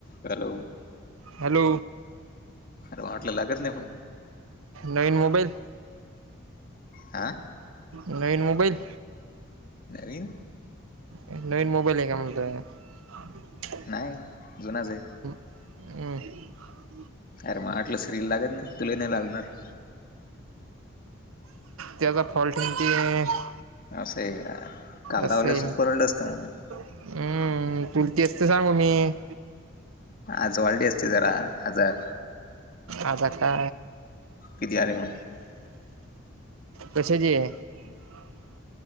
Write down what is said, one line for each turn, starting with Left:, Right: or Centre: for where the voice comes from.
Left: Hello
Right: hello
Left: अर मटले लागत नाही फोन
Right: नवीन मोबाईल
Left: आ
Right: नवीन मोबाईल
Left: नवीन
Right: नवीन मोबाईल आहे का म्हणतो ह
Left: नाही जुनाच आहे
Right: हम्म
Left: अरे मग आटल श्रील लागत नाही तुले नाही लागणार.
Right: त्याचा फॉल्ट <inaudible>
Left: असं आहे का काल
Right: असं
Left: लावल
Right: येईन
Left: असत तर परवडल असतं मंग.
Right: हम्म तुला तेच तर सांगू मी <inaudible>
Left: आजवाळडी असते जरा हजार
Right: आ द का
Left: विद्यालय म
Right: कस जी आहे. <unintelligible>